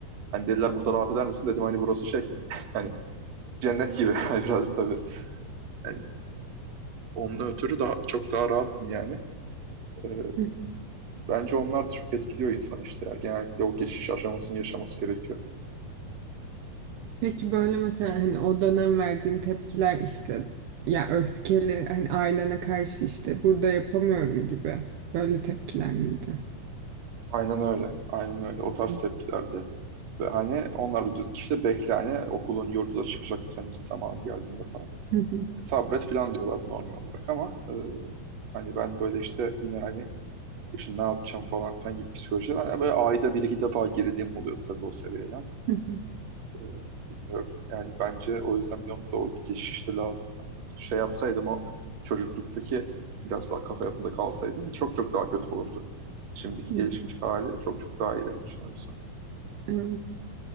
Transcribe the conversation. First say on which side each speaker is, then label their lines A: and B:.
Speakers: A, on the right; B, on the right.
A: Hani dediler burada rahat eder misin? Dedim hani burası şey <laughs> hani cennet gibi <laughs> biraz tabii. Yani onun ötürü daha çok daha rahattım yani. Ee,
B: hı.
A: bence onlar da çok etkiliyor insan işte ya. Genellikle o geçiş aşamasını yaşaması gerekiyor.
B: Peki böyle mesela hani o dönem verdiğin tepkiler işte ya öfkeli hani ailene karşı işte burada yapamıyorum gibi böyle tepkiler miydi?
A: Aynen öyle. Aynen öyle. O tarz
B: Hı,
A: tepkilerde. Ve hani onlar da işte bekle hani okulun yurdu da çıkacaktır hani zaman geldiğinde falan.
B: hı,
A: Sabret falan diyorlar normal olarak ama e, hani ben böyle işte yine hani işte ne yapacağım falan filan gibi psikolojiler. Hani böyle ayda bir iki defa girdiğim oluyor tabii o seviyeye.
B: hı,
A: Ee, bilmiyorum. Yani bence o yüzden bir nokta o geçişte lazım. Hani şey yapsaydım o çocukluktaki biraz daha kafa yapımda kalsaydım çok çok daha kötü olurdu. Şimdiki
B: hı,
A: gelişmiş
B: hı.
A: hali çok çok daha iyi benim için o yüzden.
B: Evet.